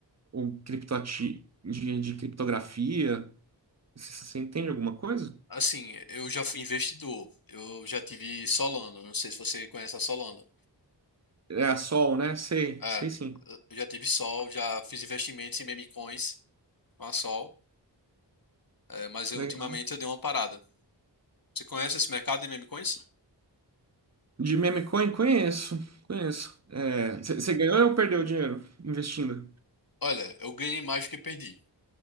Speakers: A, on the right; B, on the left.
A: ou criptoati de, de criptografia? Você, você entende alguma coisa?
B: Assim, eu já fui investidor. Eu já tive Solana. Não sei se você conhece a Solana.
A: É a Sol, né? Sei,
B: É,
A: sei sim.
B: eu já tive Sol, já fiz investimentos em meme coins com a Sol. é, mas eu,
A: Legal.
B: ultimamente eu dei uma parada. Você conhece esse mercado de meme coins?
A: De meme coin, conheço, conheço. É, você você ganhou ou perdeu dinheiro investindo?
B: Olha, eu ganhei mais do que perdi.